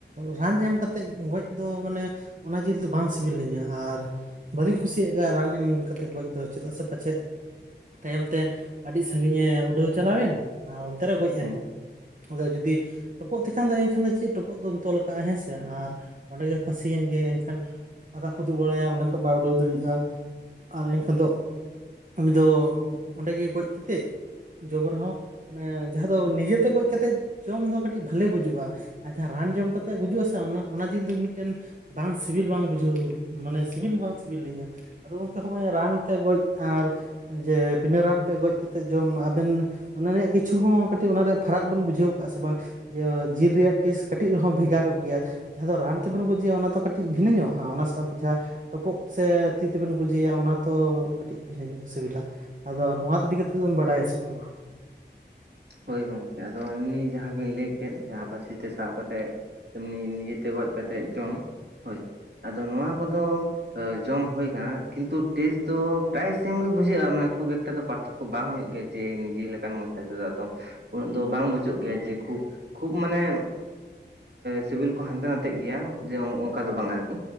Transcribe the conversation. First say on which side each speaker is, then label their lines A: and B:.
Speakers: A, on the right; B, on the right.
A: ᱨᱟᱱ ᱮᱢ ᱠᱟᱛᱮᱡ ᱜᱚᱡ ᱫᱚ ᱢᱟᱱᱮ ᱚᱱᱟ ᱡᱤᱞ ᱫᱚ ᱵᱟᱝ ᱥᱤᱵᱤᱞ ᱞᱤᱧᱟ ᱟᱨ ᱵᱟᱹᱞᱤᱧ ᱠᱩᱥᱤᱭᱟᱜ ᱜᱮᱭᱟ ᱨᱟᱱ ᱮᱢ ᱠᱟᱛᱮᱫ ᱜᱚᱡ ᱫᱚ ᱪᱮᱫᱟᱜ ᱥᱮ ᱯᱟᱪᱮᱫ ᱛᱟᱭᱚᱢ ᱛᱮ ᱟᱹᱰᱤ ᱥᱟᱺᱜᱤᱧ ᱮ ᱩᱰᱟᱹᱣ ᱪᱟᱞᱟᱣᱮᱱ ᱟᱨ ᱚᱱᱛᱮ ᱨᱮ ᱜᱚᱡ ᱮᱱ
B: ᱦᱮᱸ
A: ᱾ ᱟᱫᱚ ᱡᱩᱫᱤ ᱴᱚᱯᱚᱜ ᱛᱮᱠᱷᱟᱱ ᱫᱚ ᱮᱱᱠᱷᱟᱱ ᱫᱚ ᱪᱮᱫ ᱴᱚᱯᱚᱜ ᱫᱚᱢ ᱛᱚᱞ ᱠᱟᱜᱼᱟ ᱦᱮᱸᱥᱮ ᱟᱨ ᱚᱸᱰᱮ ᱜᱮ ᱯᱷᱟᱥᱤᱭᱮᱱ ᱜᱮ, ᱮᱱᱠᱷᱟᱱ ᱯᱷᱟᱫᱟ ᱯᱷᱩᱫᱩ ᱵᱟᱲᱟᱭᱟ ᱚᱸᱰᱮ ᱠᱷᱚᱡ ᱵᱟᱭ ᱩᱰᱟᱹᱣ ᱫᱟᱲᱮᱭᱟᱜᱼᱟ ᱟᱨ ᱮᱱᱠᱷᱟᱱ ᱫᱚ ᱩᱱᱤ ᱫᱚ ᱚᱸᱰᱮ ᱜᱮ ᱜᱚᱡ ᱠᱟᱛᱮᱡ ᱡᱚᱢ ᱨᱮᱦᱚ ᱢᱟᱱᱮ ᱡᱟᱸᱦᱟ ᱫᱚ ᱱᱤᱡᱮ ᱛᱮ ᱜᱚᱡ ᱠᱟᱛᱮᱜ ᱡᱚᱢ ᱫᱚ ᱠᱟᱹᱴᱤᱡ ᱵᱷᱟᱞᱮ ᱵᱩᱡᱩᱜᱼᱟ ᱟᱨ ᱡᱟᱸᱦᱟ ᱨᱟᱱ ᱡᱚᱢ ᱠᱟᱛᱮ ᱜᱩᱡᱩᱜ-ᱟ ᱥᱮ ᱚᱱᱟ, ᱚᱱᱟ ᱡᱤᱞ ᱫᱚ ᱢᱤᱫᱴᱮᱱ ᱵᱟᱝ ᱥᱤᱵᱤᱞ ᱵᱟᱝ ᱵᱩᱡᱷᱟᱹᱣ ᱢᱟᱱᱮ ᱥᱤᱵᱤᱞ ᱵᱟᱝ ᱥᱤᱵᱤᱞ ᱞᱤᱧᱟ ᱾ ᱟᱫᱚ ᱜᱚᱝᱠᱮ ᱦᱚᱸᱜᱼᱚᱭ ᱨᱟᱱ ᱛᱮ ᱜᱚᱡ ᱟᱨ ᱡᱮ ᱵᱤᱱᱟᱹ ᱨᱟᱱ ᱛᱮ ᱜᱚᱡ ᱠᱟᱛᱮ ᱡᱚᱢ ᱟᱨ ᱟᱵᱮᱱ ᱚᱱᱟ ᱨᱮᱭᱟᱜ ᱠᱤᱪᱷᱩ ᱦᱚᱸ ᱠᱟᱹᱴᱤᱡ ᱚᱱᱟ ᱨᱮᱭᱟᱜ ᱯᱷᱟᱨᱟᱠ ᱵᱮᱱ ᱵᱩᱡᱷᱟᱹᱣ ᱠᱟᱜᱼᱟ ᱥᱮ ᱵᱟᱝ? ᱡᱮ ᱡᱤᱞ ᱨᱮᱭᱟᱜ ᱴᱮᱥᱴ ᱠᱟᱹᱴᱤᱡ ᱨᱮᱦᱚᱸ ᱵᱷᱮᱜᱟᱨᱚᱜ ᱜᱮᱭᱟ ᱾ ᱡᱟᱸᱦᱟ ᱫᱚ ᱨᱟᱱ ᱛᱮᱵᱮᱱ ᱜᱚᱡᱮᱭᱟ ᱚᱱᱟ ᱫᱚ ᱠᱟᱹᱴᱤᱡ ᱵᱷᱤᱱᱟᱹ ᱧᱚᱜᱼᱟ ᱾ ᱚᱱᱟ ᱥᱟᱶᱛᱮ ᱡᱟᱸᱦᱟ ᱴᱚᱯᱚᱜ ᱥᱮ ᱛᱤ ᱛᱮᱵᱮᱱ ᱜᱩᱡᱤᱭᱟ ᱚᱱᱟ ᱛᱚ ᱠᱟᱹᱴᱤᱡ ᱵᱷᱤᱱᱟᱹ ᱧᱚᱜ ᱥᱤᱵᱮᱞᱟ ᱾ ᱟᱫᱚ ᱱᱚᱣᱟ ᱤᱫᱤ ᱠᱟᱛᱮᱫ ᱫᱚᱢ ᱵᱟᱰᱟᱭᱟ ᱥᱮ ᱵᱟᱝᱟ?
B: ᱦᱳᱭ ᱜᱚᱝᱠᱮ ᱾ ᱟᱫᱚ ᱮᱢᱱᱤ ᱡᱟᱸᱦᱟ ᱵᱤᱱ ᱞᱟᱹᱭ ᱠᱮᱜ ᱡᱟᱸᱦᱟ ᱯᱟᱥᱤ ᱛᱮ ᱥᱟᱵ ᱠᱟᱛᱮᱫ ᱮᱢᱱᱤ ᱱᱤᱡᱮᱛᱮ ᱜᱚᱡ ᱠᱟᱛᱮᱜ ᱡᱚᱢ ᱦᱳᱭ, ᱟᱫᱚ ᱱᱚᱣᱟ ᱠᱚᱫᱚ ᱡᱚᱢ ᱦᱳᱭ ᱠᱟᱱᱟ ᱠᱤᱱᱛᱩ ᱴᱮᱥᱴ ᱫᱚ ᱯᱨᱟᱭ ᱥᱮᱢ ᱜᱮ ᱵᱩᱡᱷᱟᱹᱜᱼᱟ ᱢᱟᱱᱮ ᱠᱷᱩᱵ ᱮᱠᱴᱟ ᱫᱚ ᱯᱟᱨᱛ ᱛᱷᱚᱠᱚ ᱵᱟᱝ ᱦᱳᱭᱳᱜ ᱜᱮᱭᱟ ᱡᱮ ᱱᱤᱡᱮ ᱞᱮᱠᱟᱱ ᱢᱚᱪᱟ ᱛᱮ ᱫᱚ ᱟᱫᱚ ᱩᱱᱟᱹᱜ ᱫᱚ ᱵᱟᱝ ᱵᱩᱡᱷᱟᱹᱜ ᱜᱮᱭᱟ ᱡᱮ, ᱠᱷᱩᱵ ᱠᱷᱩᱵ ᱢᱟᱱᱮ ᱥᱤᱵᱤᱞ ᱾ ᱠᱚ ᱦᱟᱱᱛᱮ ᱱᱟᱛᱮᱜ ᱜᱮᱭᱟ ᱡᱮ ᱚᱱᱠᱟ ᱫᱚ ᱵᱟᱝ ᱟᱨᱠᱤ,